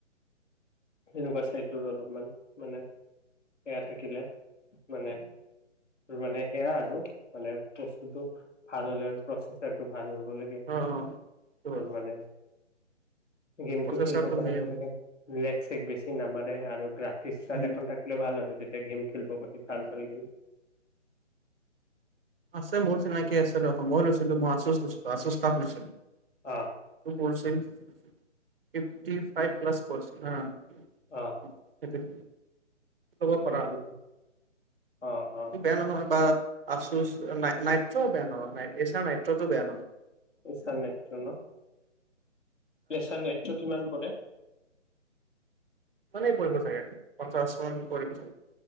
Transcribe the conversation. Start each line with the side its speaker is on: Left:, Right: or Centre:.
Left: সেনেকুৱা চাইডৰ অলপমান মানে সেয়া থাকিলে, মানে মানে, সেয়া আৰু মানে বস্তুটো ভাল হ'লে আৰু প্ৰচেচাৰটো ভাল হ'ব লাগে
Right: অ অ অ
Left: তোৰ মানে। গেমটো
Right: প্ৰচেছৰটো
Left: খেলিব পাৰা
Right: মেইন
Left: হ'ব লাগে। লেগ-চেগ বেছি নামাৰে আৰু গ্ৰাফ ফিচাৰ
Right: উম
Left: এখন থাকিলে ভাল আৰু তেত তে গেম খেলিব পাই গেল
Right: আছে, মোৰ চিনাকি আছে ৰ অ' মই লৈছিলোঁ। মই আছুছ লৈছোঁ, আছুছ টাফ লৈছোঁ। <inaudible>
Left: আহ
Right: পৰিছিল ফিফটি ফাইভ প্লাছ পৰিছিল, হা
Left: অ
Right: তাতে ল'ব
Left: ফিফটি
Right: পাৰা
Left: অ অ
Right: বেয়া নহয়, বা আছুছ নাই নাইট্ৰো বেয়া নহয়, নাই এচাৰ নাইট্ৰোটো বেয়া নহয়।
Left: এচাৰ নাইট্ৰো ন? এচাৰ নাইট্ৰো কিমান পৰে?
Right: ইমানে পৰিব ছাগে পঞ্চাশ মান পৰিব ছাগে।